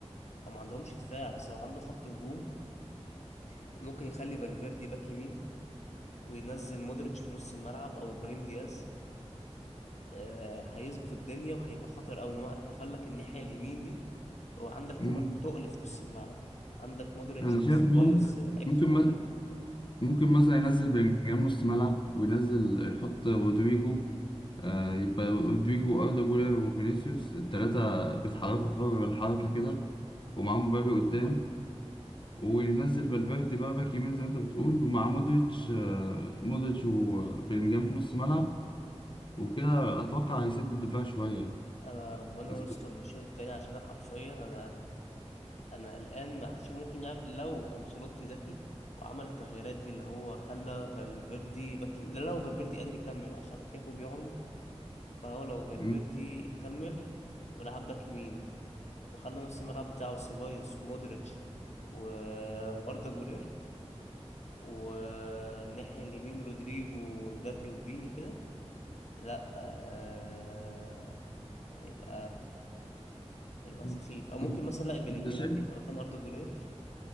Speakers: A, on the left (about 80°); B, on the left (about 45°).
A: او ما عندهمش دفاع بس هو عنده خط هجوم يعني ممكن يخلي فالفيردي باك يمين وينزل مودريتش في نص الملعب او ابراهيم دياز آه، هيظبط الدنيا وهيبقى خطر قوي ان هو قفل لك الناحيه اليمين دي وعندك تماركو
B: مم.
A: تقل في نص الملعب عندك مودريتش
B: أنا
A: وسيبايوس
B: شايف إن هو
A: آه، لعيبه
B: ممكن
A: كوره
B: م- ممكن مثلا ينزل بلينجهام نص ملعب وينزل يحط رودريجو آه يبقى رودريجو وأردا جولر وفينيسيوس التلاتة بيتحركوا في حر الحركة كده ومعاهم مبابي قدام وينزل فالفيردي بقى باك يمين زي ما انت بتقول ومع مودريتش آه، مودريتش وبيلينجهام في نص ملعب وكده اتوقع هيسد الدفاع شويه يعني
A: انا ربنا
B: بس
A: يستر من الشوط التاني عشان انا حرفيا انا انا قلقان عشان ممكن يعمل لو انشيلوتي ذكي وعمل التغييرات دي اللي هو خلى فالفيردي باك يم- لا لو فالفيردي قادر يكمل عشان كنت شايفه بيعرج فهو لو فالفيردي
B: م-
A: كمل ولعب باك يمين وخلى نص الملعب بتاعه سيبايوس ومودريتش و... واردا جولير والناحية اليمين رودريجو ومبابي وفيني كده لا آه... هيبقى هيبقى
B: م-
A: سخيف او ممكن
B: انت
A: مثلا لا بلينجهام
B: انت شايف
A: يبقى مكان اردا جولير